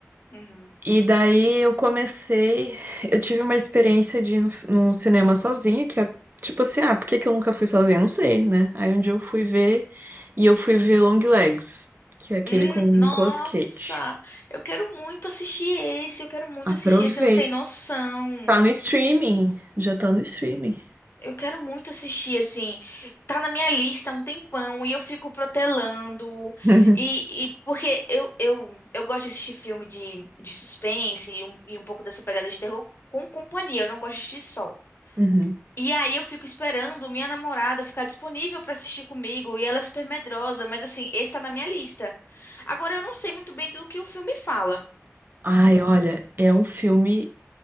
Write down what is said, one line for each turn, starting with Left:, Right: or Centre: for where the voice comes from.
Left: Uhum.
Right: E daí eu comecei, eu tive uma experiência de ir no, num cinema sozinha, que é tipo assim, ah, por que que eu nunca fui sozinha? Não sei, né? Aí um dia eu fui ver e eu fui ver Long Legs, que é aquele
Left: Hum,
Right: com o Nicolas
Left: nossa,
Right: Cage.
Left: eu quero muito assistir esse, eu quero muito
Right: Aproveita.
Left: assistir esse, você não tem noção.
Right: Tá no streaming, já tá no streaming.
Left: Eu quero muito assistir, assim, tá na minha lista há um tempão e eu fico protelando.
Right: <laughs>
Left: E, e- porque eu, eu, eu gosto de assistir filme de, de suspense e um, e um pouco dessa pegada de terror com companhia, eu não gosto de assistir só.
Right: Uhum.
Left: E aí eu fico esperando minha namorada ficar disponível pra assistir comigo e ela é super medrosa, mas assim, esse tá na minha lista. Agora eu não sei muito bem do que o filme fala.
Right: Ai, olha, é um filme